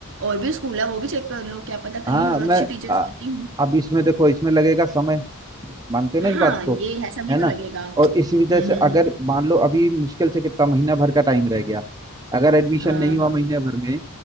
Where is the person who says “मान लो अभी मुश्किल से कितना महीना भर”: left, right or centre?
Right